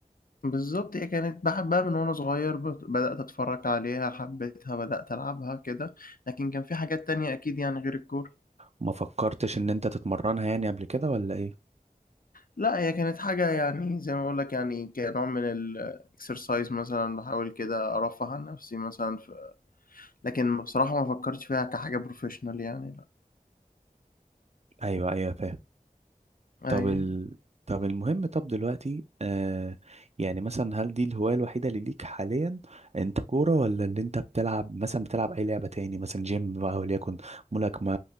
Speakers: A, on the left (about 75°); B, on the right (about 45°).
A: بالظبط هي كانت بحبها من وانا صغير بت- بدأت اتفرج عليها حبيتها بدأت العبها كده لكن كان في حاجات تانية اكيد يعني غير الكورة
B: ما فكرتش ان انت تتمرنها يعني قبل كده ولا ايه
A: لا هي كانت حاجة يعني زي ما بقول لك يعني كنوع من الاكسرسايز مثلا بحاول كده ارفه عن نفسي مثلا ف... لكن بصراحة ما فكرتش فيها كحاجة بروفيشنال يعني لا
B: ايوه ايوه فاهم طب
A: ايوه
B: ال... طب المهم طب دلوقتي آه يعني مثلا هل دي الهواية الوحيدة اللي ليك حاليا انت كورة ولا اللي انت بتلعب مثلا بتلعب اي لعبة تاني مثلا جيم بقى وليكن ملاكمة